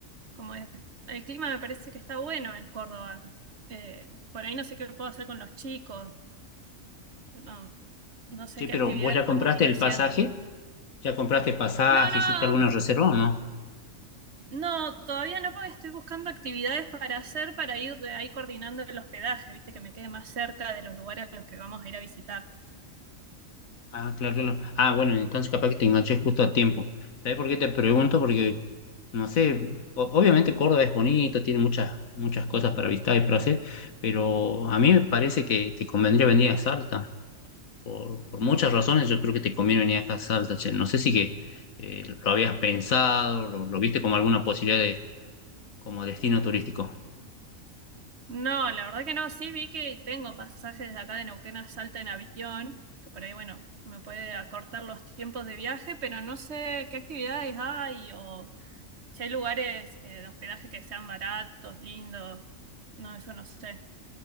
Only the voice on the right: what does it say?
Como es- el clima me parece que está bueno en Córdoba. Eh, por ahí no sé qué puedo hacer con los chicos, no, no sé
qué
actividades
podemos
ir
haciendo.
No, no,
no, todavía no, porque estoy buscando actividades para hacer para ir de ahí coordinando el hospedaje, viste, que me quede más cerca de los lugares a los que vamos a ir a visitar.
No, la verdad que no, sí vi que tengo pasajes de acá de Neuquén a Salta en avión, que por ahí, bueno, me puede acortar los tiempos de viaje, pero no sé qué actividades hay o si hay lugares eh, de hospedaje que sean baratos, lindos, no, eso no sé.